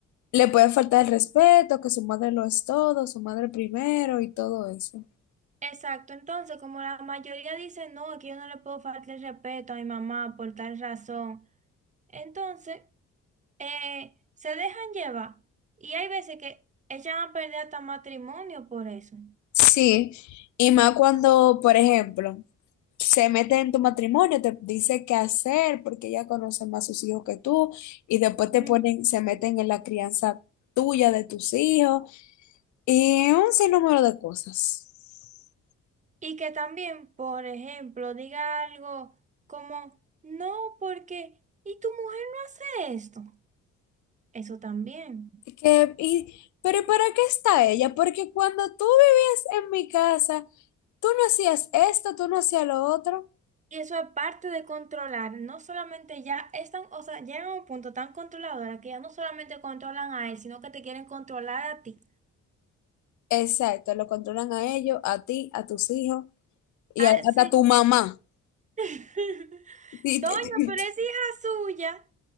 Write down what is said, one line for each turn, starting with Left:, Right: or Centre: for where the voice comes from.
Left: le puede faltar el respeto, que su madre lo es todo, su madre primero y todo eso.
Right: Exacto, entonces como la mayoría dice, no, es que yo no le puedo faltar el respeto a mi mamá por tal razón, entonces eh, se dejan llevar, y hay veces que echan a perder hasta matrimonio por eso.
Left: Sí, y más cuando, por ejemplo, se mete en tu matrimonio, te dice qué hacer porque ella conoce más sus hijos que tú y después te
Right: Ujú.
Left: ponen, se meten en la crianza tuya de tus hijos y un sinnúmero de cosas.
Right: Y que también, por ejemplo, diga algo como, no, porque, ¿y tu mujer no hace esto? Eso también.
Left: Que, y, pero ¿para qué está ella? Porque cuando tú vivías en mi casa, tú no hacías esto, tú no hacías lo otro.
Right: Y eso es parte de controlar, no solamente ya están, o sea, llegan a un punto tan controladora que ya no solamente controlan a él, sino que te quieren controlar a ti.
Left: Exacto, lo controlan a ellos, a ti, a tus hijos y
Right: Ah,
Left: a-
Right: sí.
Left: hasta a tu mamá.
Right: <laughs>
Left: Y,
Right: Doña,
Left: te-
Right: pero es hija suya.